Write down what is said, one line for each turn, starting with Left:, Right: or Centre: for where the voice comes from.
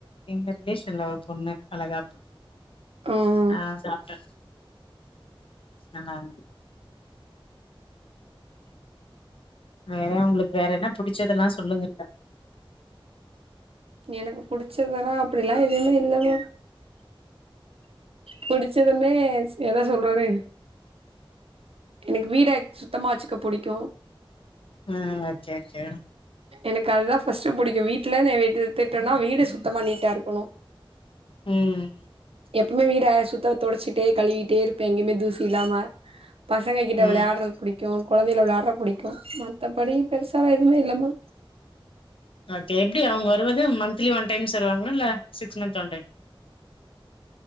Left: எங்க ரிலேஷன்ல ஒரு பொண்ணு வளகாப்பு
Right: ம்
Left: ஆ சாப்ட்ட நல்லாருந்தது வேற உங்களுக் வேற என்னா புடிச்சதெல்லா சொல்லுங்க
Right: எனக்கு புடிச்சதெல்லா அப்படி எல்லா எதுவுமே இல்லாம புடிச்சதுமே எத சொல் <unintelligible> எனக்கு வீட சுத்தமா வச்சுக்க புடிக்கு
Left: ம் ஓகே ஓகே
Right: எனக்கு அதுதா ஃபர்ஸ்ட் புடிக்கு வீட்ல எடுதிட்டனா வீடு சுத்தமா நீ ட்டா இருக்கணு
Left: ம்
Right: எப்புமே வீட சுத்த தொடச்சிட்டே கழுவிட்டே இருப்பே எங்கயுமே தூசி இல்லாம பசங்க கிட்ட
Left: ம்
Right: விளையாட்றது புடிக்கு கொழந்தையில விளையாட்ற புடிக்கு மத்தபடி பெருசால எதுவுமே இல்லம்மா
Left: ஓகே எப்டி அவுங் வருவது மந்த்லி ஒன் டைம்ஸ் வருவாங்ளா இல்ல சிக்ஸ் மந்த் ஒன் டைம்